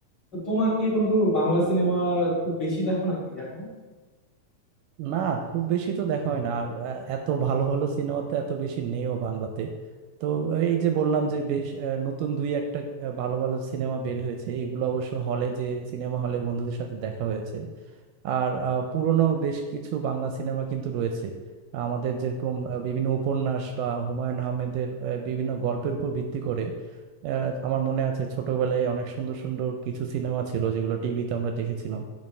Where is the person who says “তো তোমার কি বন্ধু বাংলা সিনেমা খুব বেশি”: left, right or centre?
Left